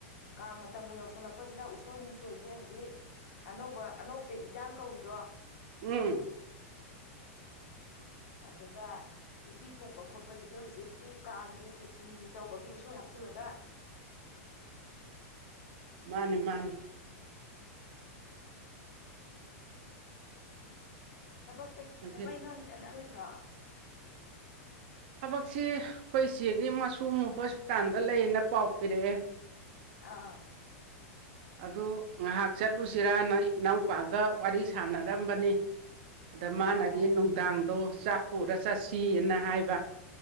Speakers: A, on the left; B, on the right.
A: ꯀꯥꯡ ꯃꯇꯝꯒ ꯌꯧꯁꯜꯂꯛꯄꯁꯤꯗ ꯎꯁꯣꯏ ꯅꯨꯡꯁꯣꯏꯁꯦ ꯍꯧꯖꯤꯛ ꯑꯅꯧꯕ ꯑꯅꯧꯕ ꯄꯦꯠ ꯏꯟꯖꯥꯡ ꯀꯧꯏꯗꯣ
B: ꯎꯝ
A: ꯑꯗꯨꯒ ꯎꯇꯤ ꯊꯣꯡꯕ ꯈꯣꯠꯄꯁꯤꯁꯨ ꯍꯧꯖꯤꯛꯇꯤ ꯀꯥꯡꯒꯤꯦ ꯈꯦꯆꯤ ꯅꯨꯡꯅꯤ ꯇꯧꯕꯒꯤ ꯎꯁꯣꯏ ꯍꯥꯞꯆꯤꯜꯂꯒ
B: ꯃꯥꯅꯦ ꯃꯥꯅꯦ
A: ꯊꯕꯛ
B: ꯍꯧꯖꯤꯛ
A: ꯊꯕꯛ ꯏꯪꯈꯥꯡ ꯆꯠꯅꯔꯣꯏꯗ꯭ꯔꯣ
B: ꯊꯕꯛꯁꯤ ꯑꯩꯈꯣꯏ ꯏ ꯆꯦꯒꯤ ꯃꯁꯨ ꯍꯣꯁꯄꯤꯇꯥꯜꯗ ꯂꯩꯌꯦꯅ ꯄꯥꯎ ꯄꯤꯔꯛꯑꯦ
A: ꯑꯥ
B: ꯑꯗꯨ ꯉꯥꯏꯍꯥꯛ ꯆꯠꯂꯨꯁꯤꯔꯥ ꯅ ꯏꯅꯥꯎꯄꯥꯒ ꯋꯥꯔꯤ ꯁꯥꯟꯅꯔꯝꯕꯅꯤ ꯑꯗ
A: ꯑꯣ
B: ꯃꯥꯅꯗꯤ ꯅꯨꯡꯗꯥꯡꯗꯣ ꯆꯥꯛ ꯄꯨꯔ ꯆꯠꯁꯤꯅ ꯍꯥꯏꯕ